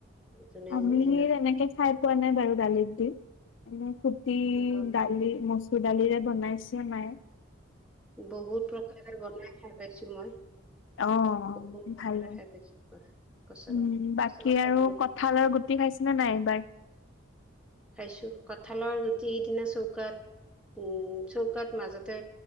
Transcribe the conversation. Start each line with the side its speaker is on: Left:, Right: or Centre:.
Centre: যোনে
Left: আমি
Centre: যেনেকে
Left: তেনেকে খাই পোৱা নাই বাৰু দালিত দি এনে কুটি
Centre: অ
Left: দালি মচুৰ দালিৰে বনাইছে নাই
Centre: বহুত প্ৰকাৰে বনাই খাই পাইছো মই
Left: অ
Centre: বহুত প্ৰকাৰে
Left: ভালে
Centre: খাই পাইছো পচলা
Left: উম বাকী
Centre: পচলা খাই
Left: আৰু
Centre: বহুত
Left: কঠালৰ গুটি খাইছে ন নাই এইবাৰ
Centre: খাইছো কঁঠালৰ গুটি সিদিনা চৌকাত উম চৌকাত মাজতে